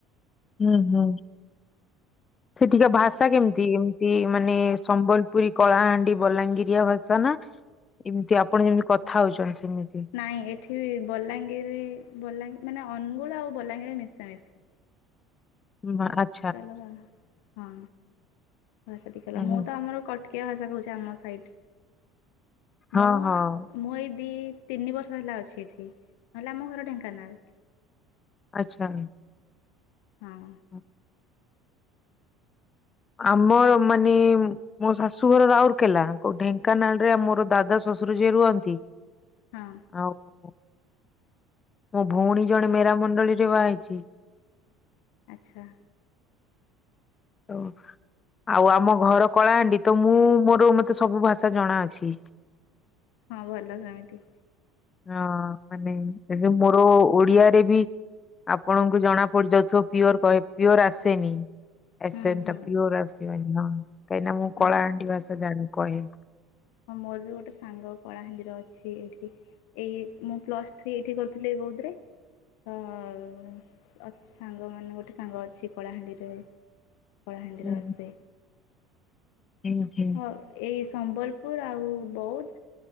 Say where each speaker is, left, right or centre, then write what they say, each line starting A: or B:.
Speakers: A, on the left; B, on the left.
A: ହୁଁ ହୁଁ ସେଠିକା
B: ହୁଁ
A: ଭାଷା କେମିତି? ଏମିତି ମାନେ ସମ୍ବଲପୁରୀ କଳାହାଣ୍ଡି ବଲାଙ୍ଗିରିଆ ଭାଷା ନା? ଏମିତି ଆପଣ ଯେମିତି କଥା ହଉଛନ୍ତି ସେମିତି।
B: ନାଇଁ ଏଠି ବଲାଙ୍ଗୀର ବଲାଙ୍ଗ ମାନେ ଅନୁଗୁଳ ଆଉ ବଲାଙ୍ଗୀରରେ ମିଶାମିଶି।
A: <unintelligible>
B: ଚାଲ ହଁ। ଭାଷାଟି ଗଲା
A: ହୁଁ
B: ମୁଁ
A: ହୁଁ
B: ତ ଆମର କଟକିଆ ଭାଷା କହୁଛି ଆମ ସାଇଡ।
A: ହଁ
B: ମୁଁ
A: ହଁ
B: ମୁଁ ଏଇ ଦି ତିନି ବର୍ଷ ହେଲା ଅଛି ଏଠି ନହେଲେ ଆମ ଘର ଢେଙ୍କାନାଳ।
A: ଆଚ୍ଛା।
B: ହଁ।
A: ହଁ। ଆମର ମାନେ ମୋ ଶାଶୁ ଘର ରାଉରକେଲା କୋ ଢେଙ୍କାନାଳ ରେ ମୋର ଦାଦା ଶଶୁର ଯିଏ ରୁହନ୍ତି।
B: ହଁ।
A: ହଉ ହଉ। ମୋ ଭଉଣୀ ଜଣେ ମେରାମଣ୍ଡଳୀରେ ବାହା ହେଇଛି।
B: ଆଚ୍ଛା।
A: ହଉ। ଆଉ ଆମ ଘର କଳାହାଣ୍ଡି ତ ମୁଁ ମୋର ମତେ ସବୁ ଭାଷା ଜଣାଅଛି।
B: ହଁ ଭଲ ସେମିତି।
A: ହଁ ମାନେ ସେ ସବୁ ମୋର ଓଡିଆରେ ବି ଆପଣଙ୍କୁ ଜଣା ପଡିଯାଉଥିବ ପିଓର କହେ ପିଓର ଆସେନି। ଏସେଣ୍ଟା
B: ହୁଁ ହୁଁ
A: ପିଓର ଆସିବନି ହଁ କାହିଁନା ମୁଁ
B: ହଁ
A: କଳାହାଣ୍ଡିି ଭାଷା ଜାଣ କହେ।
B: ହଁ ମୋର ବି ଗୋଟେ ସାଙ୍ଗ କଳାହାଣ୍ଡି ର ଅଛି ଏଇଠି। ଏଇ ମୁଁ ପ୍ଲସ୍ ଥ୍ରୀ ଏଇଠି କରିଥିଲି ବଉଦ୍ ରେ। ତ ସାଙ୍ଗମାନେ ଗୋଟେ ସାଙ୍ଗ ଅଛି କଳାହାଣ୍ଡିରେ। କଳାହାଣ୍ଡି
A: ହୁଁ
B: ରୁ ଆସେ।
A: ହୁଁ ହୁଁ
B: ହଁ ଏଇ ସମ୍ବଲପୁର ଆଉ ବଉଦ୍